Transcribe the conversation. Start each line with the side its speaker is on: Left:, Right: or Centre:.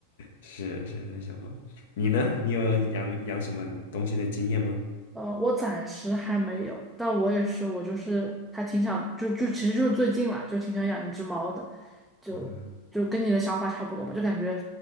Left: 是是在想猫。你呢？你有养养什么东西的经验吗？
Centre: 呃，我暂时还没有，但我也是，我就是还挺想，就就其实就是最近啦，就挺想养一只猫的，就就跟你的想法差不多吧，
Left: 嗯
Centre: 就感觉